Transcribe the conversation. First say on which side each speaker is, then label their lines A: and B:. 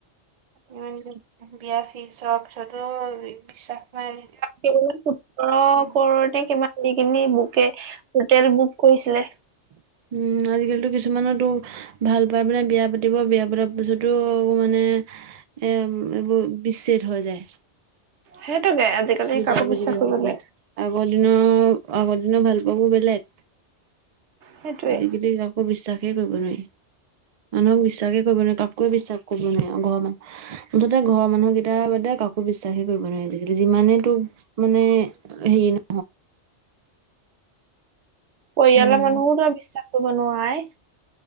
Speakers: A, on the right; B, on the right.
A: <unintelligible> বিয়া ফিক্স হোৱাৰ পিছটো বি বিশ্বাস নাই
B: সি সোতৰ
A: উম
B: কৰৌৰ নে কিমান দি কিনি বুকে হোটেল বুক কৰিছিলে।
A: উম, আজিকালি কিছুমানতো ভাল পাই মানে বিয়া পাতিব বিয়া পতাৰ পিছতো মানে, এইবোৰ বিচ্ছেদ হৈ যায়।
B: সেইটোকে আজিকালি
A: বুজা
B: কাকো
A: বুজি
B: বিশ্বাস
A: নাথাকিলে।
B: কৰিব নোৱাৰি।
A: আগৰ দিনৰ, আগৰ দিনৰ ভাল পোৱাবোৰ বেলেগ।
B: সেইটোৱে।
A: আজিকালি কাকো বিশ্বাসেই কৰিব নোৱাৰি। মানুহক বিশ্বাসে কৰিব নোৱাৰি কাকোৱে বিশ্বাস কৰিব নোৱাৰি, ঘৰ মানুহ মুঠতে ঘৰৰ মানুহকেইটা বাদে কাকো বিশ্বাসে কৰিব নোৱাৰি। যিমানে তোক মানে হেৰি নহক।
B: পৰিয়ালৰ
A: উম।
B: মানুহকো বিশ্বাসটো কৰিব নোৱাই।